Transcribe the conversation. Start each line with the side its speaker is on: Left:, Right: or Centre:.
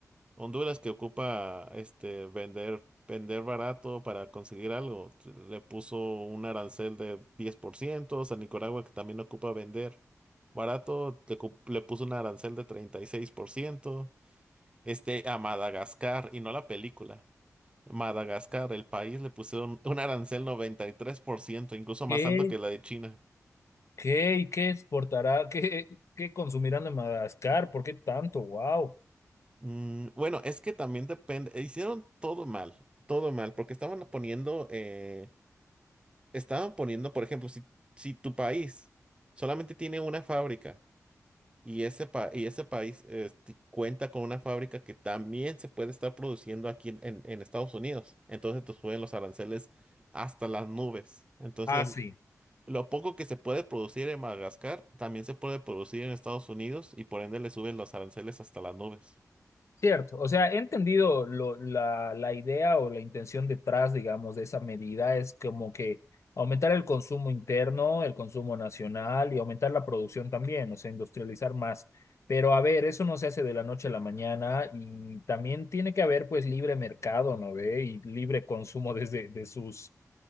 Right: Honduras que ocupa este vender vender barato para conseguir algo. t- Le puso un arancel de 10% a Nicaragua que también ocupa vender barato, le, cu- le puso un arancel de 36% este a Madagascar y no la película. Madagascar, el país, le pusieron un arancel noventa y tres por ciento incluso
Left: ¿Qué,
Right: más alto que la de China.
Left: qué y qué exportará? ¿Qué, qué consumirán de Madagascar? ¿Por qué tanto? ¡Wow!
Right: Mm, bueno, es que también depende, hicieron todo mal, todo mal, porque estaban poniendo eh, estaban poniendo, por ejemplo, si, si tu país solamente tiene una fábrica y ese, pa- y ese país este, cuenta con una fábrica que también se puede estar produciendo aquí en, en- en Estados Unidos, entonces te suben los aranceles hasta las nubes. Entonces,
Left: Ah, sí.
Right: lo poco que se puede producir en Madagascar también se puede producir en Estados Unidos y por ende le suben los aranceles hasta las nubes.
Left: Cierto, o sea, he entendido lo- la, la idea o la intención detrás, digamos, de esa medida es como que aumentar el consumo interno, el consumo nacional y aumentar la producción también, o sea, industrializar más. Pero a ver, eso no se hace de la noche a la mañana y también tiene que haber pues libre mercado, ¿no ve? Y libre consumo desde de sus,